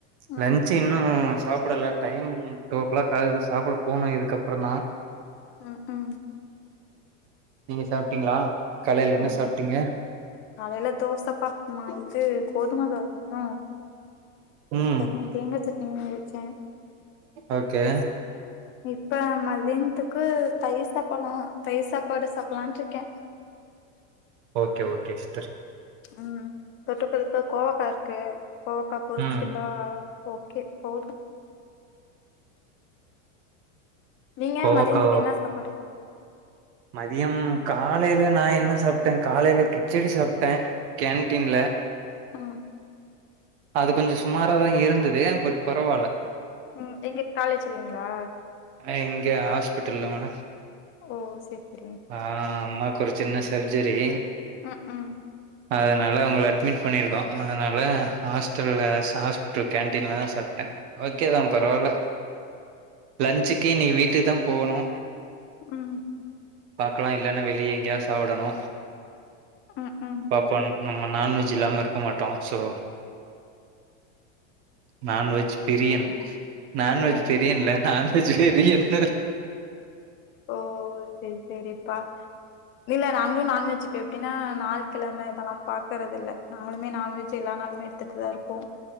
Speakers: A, on the left; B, on the right.
A: ம்
B: லஞ்ச் இன்னு சாப்புடல டைம் டூ ஓ கிளாக் ஆகுது சாப்புட போணு இதுக்கப்பரந்தா
A: ம் ம்
B: நீங்க சாப்டீங்ளா காலைல என்ன
A: ம்.
B: சாப்டீங்க
A: காலையில தோசப்பா இது கோதும தோசயு
B: ம்
A: சட்னி தேங்க சட்னி அரச்சே
B: ஓகே
A: இப்ப மதியானத்துக்கு தயிர் சாப்பலா தயிர் சாப்பாடு சாப்பலான்ட்ருக்கெ
B: ஓகே ஓகே ஸ்டர்
A: ம் தொட்டுக்கறக்கு கோவக்கா இருக்கு கோவக்கா பொரிச்சுக்கிட்டா
B: ம்
A: ஓகே போது நீங்க
B: கோவக்காவா
A: மதியானத்துக்கு என்ன சாப்பாடு
B: மதியம் காலையில நா என்ன சாப்ட காலையில கிச்சடி சாப்ட்ட கேன்டீன்ல
A: ஓ
B: அது கொஞ்ச சுமாராதா இருந்தது பட் பரவால்ல
A: ம் எங்க காலேஜ் லெங்ளா
B: அ இங்க ஹஸ்பிட்டல மேடம்
A: ஓ சேர் செரிங்
B: ஆ அம்மாக்கு ஒரு சின்ன சர்ஜரி
A: ம் ம்
B: அதனால அவங்கள அட்மிட் பண்ணியிருக்கோ அதனால ஹாஸ்டல்ல ஹாஸ்பிட்டல் கேன்டீன்ல தா சாப் ஓகே தா பரவால்ல லஜ்ஜுக்கு இனி வீட்டுக்கு தா போவ்ணு
A: ம்
B: பாக்கலா இல்லேன்னா வெளியே எங்கேயாவது சாப்புடணு
A: ம் ம்
B: பாப்போ நம்ம நான்வெஜ் இல்லாம இருக்க மாட்டோ சோ நான்வெஜ் பிரியன் நான்வெஜ்
A: ஓ
B: பிரியன்ல நான்வெஜ் வெரியன்
A: ஓ சேரி சேரிப்பா இல்ல நாங்களு நான்வெஜ் போய் எப்டின்னா நாள் கெழம இதெல்லா பாக்குறதில்ல நாங்களுமே நாண்வெஜ் எல்லா நாலுமே எடுத்துட்டுதா ருப்போ